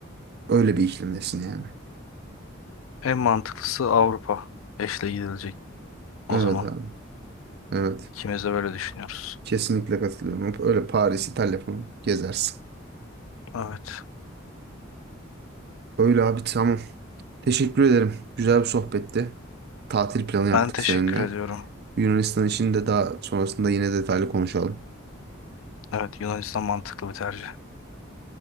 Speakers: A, on the right (about 55°); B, on the left (about 85°).
A: öyle bir iklimdesin yani.
B: En mantıklısı Avrupa. Eşle gidilecek o
A: Evet
B: zaman.
A: abi. Evet.
B: İkimiz de böyle düşünüyoruz.
A: Kesinlikle katılıyorum. Öyle Paris, İtalya falan gezersin.
B: Evet.
A: Öyle abi tamam. Teşekkür ederim. Güzel bir sohbetti. Tatil planı yaptık
B: Ben teşekkür
A: seninle.
B: ediyorum.
A: Yunanistan için de daha sonrasında yine detaylı konuşalım.
B: Evet Yunanistan mantıklı bir tercih.